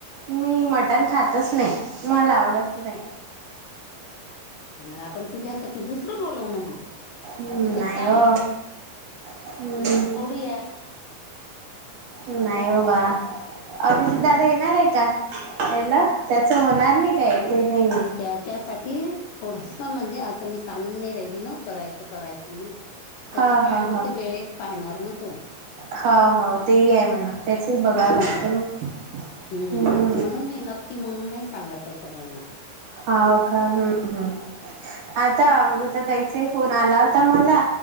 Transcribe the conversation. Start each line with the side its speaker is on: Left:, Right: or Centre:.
Right: मी मटण खातच नाही. मला आवडत नाही.
Left: नाही आपण तुझ्यासाठी दुसरं बोलवून म.
Right: हम्म
Left: त्याच्यात
Right: नाही
Left: काय?
Right: हो हम्म
Left: असं थोडीये.
Right: नाही हो बा. अभीजीत
Left: नाही नाही
Right: दादा
Left: असं
Right: येणारे का? पेल त्याच होणार नाही काय ते नाही.
Left: त्याच्यासाठी थोडंसं म्हणजे असं मी सांगून नाही राहिली ना. करायचं करायचं म्हणून. त्याच
Right: हा
Left: काय
Right: हा
Left: होत वेळेत पाहणार ना तो
Right: हा हा तेही आहे म्हणा त्याचही बघावं
Left: हम्म
Right: लागतं ना
Left: हम्म
Right: हम्
Left: म्हणून नाही नक्की म्हणून नाही सांगत आहे सगळ्यांना
Right: हा का हम् हम् आता अमृता ताईचा फोन आला होता मला